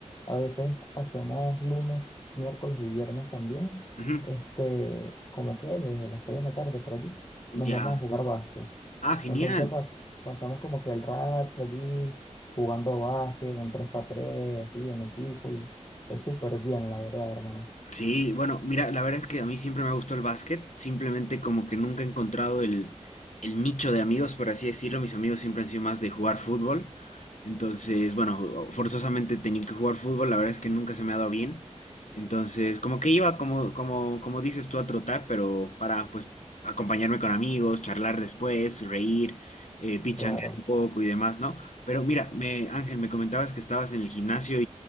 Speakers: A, on the left (about 35°); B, on the left (about 75°).
A: a veces hacemos lunes, miércoles y viernes también.
B: Ujú.
A: Este, como que desde las 6 de la tarde por allí
B: Ya.
A: nos vamos a jugar básquet.
B: Ah, genial.
A: Entonces pas- pasamos como que el rato allí jugando básquet, un tres x tres así en equipo y es súper bien, la verdad, hermano.
B: Sí, bueno, mira, la verdad es que a mí siempre me ha gustado el básquet, simplemente como que nunca he encontrado el, el nicho de amigos, por así decirlo, mis amigos siempre han sido más de jugar fútbol, entonces, bueno, forzosamente tenía que jugar fútbol, la verdad es que nunca se me ha dado bien, entonces, como que iba, como, como, como dices tú, a trotar, pero para, pues, acompañarme con amigos, charlar después, reír, eh, pichanguear
A: Claro.
B: un poco y demás, ¿no? Pero mira, me, Ángel, me comentabas que estabas en el gimnasio